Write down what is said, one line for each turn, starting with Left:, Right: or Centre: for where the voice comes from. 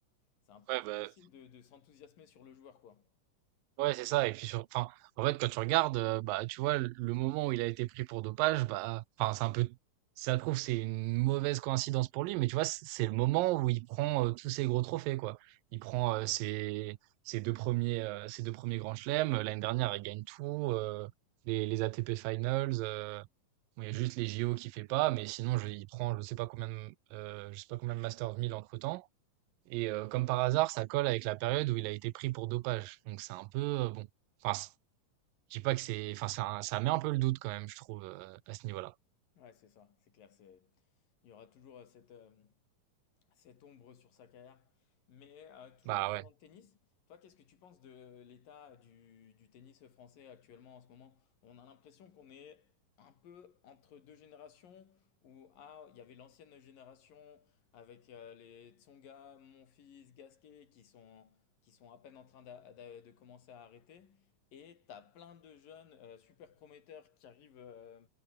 Left: c'est un peu
Right: Ouais,
Left: difficile
Right: bah,
Left: de, de s'enthousiasmer sur le joueur, quoi.
Right: Ouais, c'est ça. Et puis, sur, enfin, en fait, quand tu regardes, euh, bah, tu vois, le le moment où il a été pris pour dopage, bah, enfin, c'est un peu, ça se trouve, c'est une mauvaise coïncidence pour lui, mais tu vois, c- c'est le moment où il prend euh, tous ses gros trophées, quoi. Il prend euh, ses, ses deux premiers, euh, ses deux premiers grands chelems. L'année dernière, il gagne tout, euh, les, les ATP Finals. euh, bon, il y a juste les JO qui fait pas, mais sinon, je, il prend, je sais pas combien de, euh, je sais pas combien de Masters 1000 entre-temps. Et euh, comme par hasard, ça colle avec la période où il a été pris pour dopage. Donc c'est un peu euh, bon. Enfin, c'est- je dis pas que c'est. Enfin, c'est un- ça met un peu le doute quand même, je trouve, euh, à ce niveau-là.
Left: Ouais, c'est ça, c'est clair. c'est- Il y aura toujours euh, cette, euh, cette ombre sur sa carrière. Mais euh, toujours
Right: Bah
Left: en parlant
Right: ouais.
Left: de tennis, toi, qu'est-ce que tu penses de l'état du, du tennis français actuellement en ce moment? On a l'impression qu'on est un peu entre deux générations où ah, il y avait l'ancienne génération avec euh, les Tsonga, Monfils, Gasquet qui sont, qui sont à peine en train d'a- d'a- de, commencer à arrêter. Et tu as plein de jeunes euh, super prometteurs qui arrivent euh,